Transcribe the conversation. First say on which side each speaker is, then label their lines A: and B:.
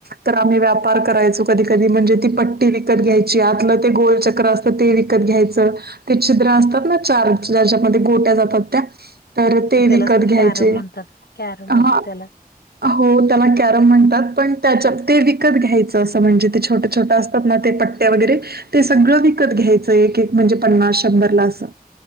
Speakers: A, on the right; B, on the left.
A: तर आम्ही व्यापार करायचो कधी कधी म्हणजे ती पट्टी विकत घ्यायची आतलं ते गोलचक्र अस ते विकत घ्यायचं ते छिद्र असतात ना चार ज्याच्यामध्ये गोट्या जातात त्या तर ते
B: त्यालाच
A: विकत
B: तर
A: घ्यायचे
B: कॅरम म्हणतात कॅरम
A: हा
B: म्हणतात त्यालाच
A: हो त्याला कॅरम म्हणतात पण त्याच्या ते विकत घ्यायचं असं म्हणजे ते छोटं छोटं असतात ना ते प त्या वगैरे ते सगळं विकत घ्यायचं एक एक म्हणजे पन्नास शंभरला असं